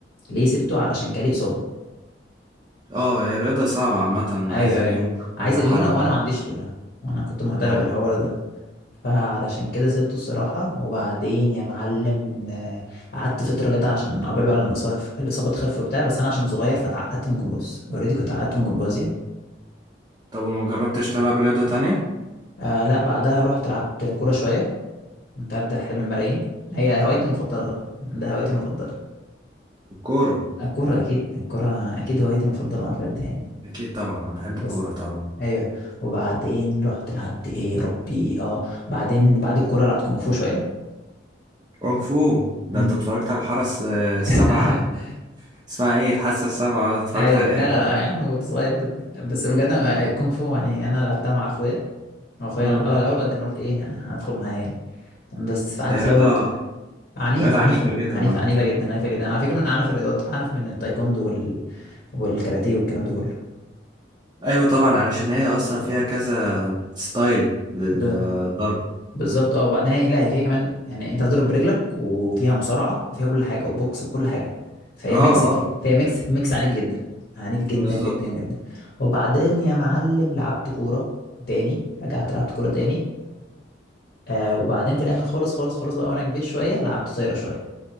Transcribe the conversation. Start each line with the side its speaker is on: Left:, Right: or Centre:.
Left: ليه سبته علشان جالي إصابة
Right: اه هي الرياضة صعبة عامة
Left: ايوه
Right: عايزة
Left: ايوه
Right: ليونة
Left: عايزة
Right: عايزة حركة
Left: ليونة وانا ما عنديش ليونة وانا كنت محترف
Right: اه
Left: بالحوار ده فعلشان كده سبته الصراحة وبعدين يا معلم آه، قعدت فترة كده عشان قبل بقى لما الإصابة الإصابة تخف وبتاع بس أنا عشان صغير فتعقدت من جمباز أوريدي كنت عقدت من جمباز يعني
Right: طب وما جربتش تلعب رياضة تانية
Left: آه لا بعدها رحت لعبت كورة شوية انت عارف ده حلم الملايين هي هوايتي المفضلة طبعا ده هوايتي المفضلة
Right: الكورة
Left: الكورة أكيد الكورة أكيد هوايتي المفضلة بجد يعني
Right: اكيد طبعا انا بحب
Left: بس
Right: الكورة طبعا
Left: أيوه وبعدين رحت لعبت إيه يا ربي أه بعدين بعد الكورة لعبت كونغ فو شوية
Right: كونغ فو ده
Left: امم
Right: انت اتفرجت على الحرس آه،
Left: <laughs>
Right: السبعة اسمها ايه الحاسة السبعة اتفرجت
Left: أيوه
Right: عليها
Left: لا
Right: اكيد
Left: لا لا يا عم كنت صغير كده بس بجد أنا- كونغ فو يعني أنا لعبتها مع أخويا أخويا
Right: مم.
Left: لعبها الأول بعدين قلت إيه هدخل معايا يعني بس قعدت
Right: هي رياضة
Left: فيها برضه عنيف
Right: رياضة
Left: عنيفة
Right: عنيفة جدا
Left: عنيفة
Right: عامة
Left: عنيفة جدا عنيفة جدا على فكرة من أعنف الرياضات أعنف من التايكوندو وال... والكاراتيه والكلام ده كله
Right: أيوة طبعا علشان هي أصلا فيها كذا ستايل للضرب
Left: ب... بالظبط اه وبعدين هي لا هي فيها كمان يعني أنت هتضرب برجلك وفيها مصارعة وفيها كل حاجة وبوكس وكل حاجة فهي
Right: اه
Left: ميكس
Right: اه
Left: ك- فهي ميكس ميكس عنيف جدا عنيف جدا
Right: بالظبط
Left: جدا جدا وبعدين يا معلم لعبت كورة تاني رجعت لعبت كورة تاني آه وبعدين في الآخر خالص خالص خالص بقى وأنا كبير شوية لعبت طايرة شوية